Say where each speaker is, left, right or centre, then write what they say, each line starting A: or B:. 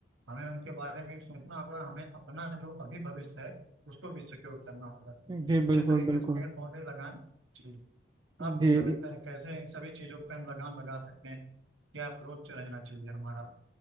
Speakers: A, on the right; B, on the right.
A: हमें उनके बारे में भी सोचना होगा हमें अपना जो अभी भविष्य है उसको भी सिक्योर करना होगा तो
B: जी
A: अच्छे
B: बिल्कुल
A: तरीके
B: बिल्कुल
A: से पेड़ पौधे लगाएं जी
B: जी
A: आपको क्या लगता है कैसे इन सभी चीजों पर हम लगाम लगा सकते हैं क्या अप्रोच रहना चाहिए हमारा